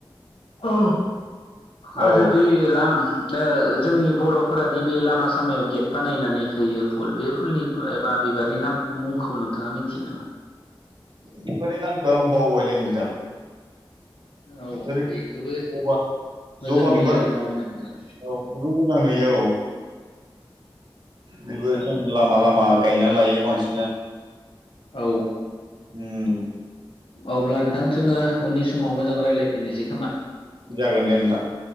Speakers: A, on the left; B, on the right.
A: औ
B: औ
A: आदि बे लां जोंनि बर'फोरादि बे लामा सामायाव गेट बानायनानै होयो फुल बे फुलनि बा बिबारनि नाम मुंखौ नोंथाङा मिथियो नामा
B: बिबारनि नामखौ बावबायलै नोंथां
A: औ
B: ओरै
A: बेखौबो
B: जबा
A: मोजां
B: जबा
A: नुयो
B: बिबार
A: आरो नङा होमबा नोंथां
B: औ गोबां मोजां नुयो बेबो जों लामा लामा गायनानै लायो बांसिन
A: औ
B: उम
A: अब्ला नोंथां जोङो उननि समाव मोजां रायज्लायफिननोसै खोमा
B: जागोन दे नोंथां